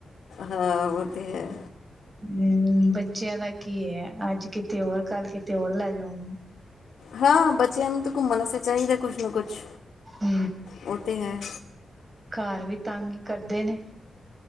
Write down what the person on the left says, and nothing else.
ਹਾਂ, ਉਹ ਤੇ ਹੈ।
ਹਾਂ, ਬੱਚਿਆਂ ਨੂੰ ਤਾਂ ਘੁੰਮਣ ਵਾਸਤੇ ਚਾਹੀਦਾ, ਕੁਛ ਨਾ ਕੁਛ
ਉਹ ਤੇ ਹੈ